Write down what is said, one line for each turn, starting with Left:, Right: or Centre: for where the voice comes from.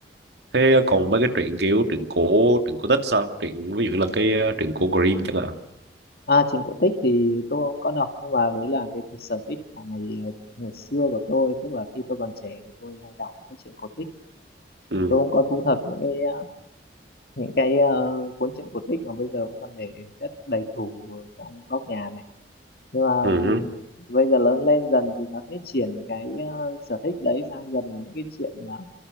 Right: Thế còn mấy cái truyện kiểu truyện cổ, truyện cổ tích sao? Truyện ví dụ là cái ờ, truyện cổ Grimm chẳng hạn.
Left: à truyện cổ tích thì tôi không có đọc nhưng mà đấy là cái sở thích của ngày ờ, ngày xưa của tôi tức là khi tôi còn trẻ thì tôi hay đọc những cái truyện cổ tích
Right: Ừ,
Left: tôi cũng có thu thập những cái ờ, những cái ờ, cuốn truyện cổ tích mà bây giờ vẫn còn để chất đầy tủ ở trong góc nhà này nhưng mà
Right: ừ,
Left: ừm,
Right: hứ,
Left: bây giờ lớn lên dần thì nó sẽ chuyển cái ờ, sở thích đấy sang dần là những cái chuyện là